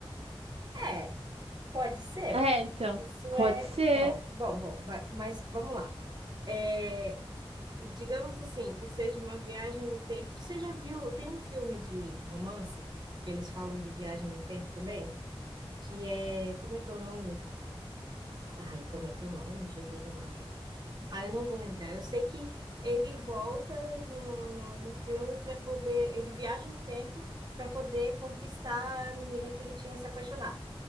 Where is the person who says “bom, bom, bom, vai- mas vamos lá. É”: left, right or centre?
Right